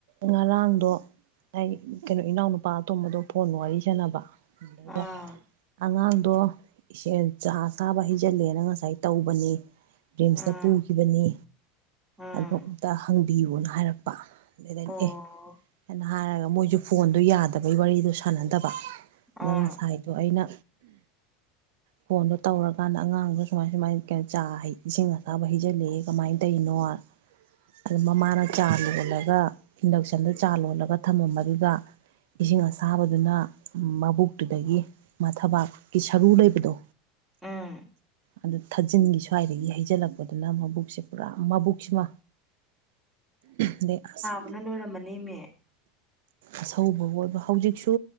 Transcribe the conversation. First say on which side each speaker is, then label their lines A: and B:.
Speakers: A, on the right; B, on the right.
A: ꯉꯔꯥꯡꯗꯣ ꯑꯩ ꯀꯩꯅꯣ ꯏꯅꯥꯎ ꯅꯨꯨꯄꯥ ꯑꯇꯣꯝꯕꯗꯣ ꯐꯣꯟ ꯋꯥꯔꯤ ꯁꯥꯟꯅꯕ ꯑꯗꯨꯗꯩꯗ
B: ꯑꯥ
A: ꯑꯉꯥꯡꯗꯣ ꯏꯆꯦ ꯆꯥ ꯁꯥꯕ ꯍꯩꯖꯜꯂꯦꯅ ꯉꯁꯥꯏ ꯇꯧꯕꯅꯤ ꯔꯤꯝꯁꯇ
B: ꯑꯥ
A: ꯄꯨꯈꯤꯕꯅꯤ
B: ꯑꯥ
A: ꯑ ꯑꯝꯇ ꯍꯪꯕꯤꯌꯨꯅ ꯍꯥꯏꯔꯛꯄ ꯑꯗꯨꯗꯗꯩꯅ
B: ꯑꯣ
A: ꯑꯦ ꯍꯥꯏꯅ ꯍꯥꯏꯔꯒ ꯃꯣꯏꯁꯨ ꯐꯣꯟꯗꯣ ꯌꯥꯗꯕꯒꯤ ꯋꯥꯔꯤꯗꯣ ꯁꯥꯟꯅꯗꯕ
B: ꯑꯥ
A: ꯅꯉꯁꯥꯏ ꯑꯗꯣ ꯑꯩꯅ ꯐꯣꯟꯗꯣ ꯇꯧꯔꯀꯥꯟꯗ ꯑꯉꯥꯡꯗꯣ ꯁꯨꯃꯥꯏ ꯁꯨꯃꯥꯏꯅ ꯀꯩꯅꯣ ꯆꯥ ꯍꯩ ꯏꯁꯤꯡ ꯑꯁꯥꯕ ꯍꯩꯖꯤꯜꯂꯛꯦ ꯀꯃꯥꯏꯅ ꯇꯧꯔꯤꯅꯣ ꯑꯗꯨ ꯃꯃꯥꯅ ꯆꯥ ꯂꯣꯜꯂꯒ ꯏꯟꯗꯛꯁꯟꯗ ꯆꯥ ꯂꯣꯜꯂꯒ ꯊꯝꯃꯝꯕꯗꯨꯗ ꯏꯁꯤꯡ ꯑꯁꯥꯕꯗꯨꯅ ꯃꯕꯨꯛꯇꯨꯗꯒꯤ ꯃꯊꯕꯥꯛꯀꯤ ꯁꯔꯨ ꯂꯩꯕꯗꯣ
B: ꯎꯝ
A: ꯑꯗꯨ ꯊꯥꯖꯤꯟꯒꯤ ꯁ꯭ꯋꯥꯏꯔꯌꯦ ꯍꯩꯖꯤꯜꯂꯛꯄꯗꯨꯅ ꯃꯕꯨꯛꯁꯦ ꯄꯨꯔꯥ ꯃꯕꯨꯛꯁꯤꯃ ꯑꯗꯩ ꯑꯁ
B: ꯑꯗꯨꯅ ꯂꯣꯏꯔꯝꯃꯅꯤ ꯏꯃꯦ
A: ꯑꯁꯧꯕꯕꯨ ꯑꯣꯏꯕ ꯍꯧꯖꯤꯛꯁꯨ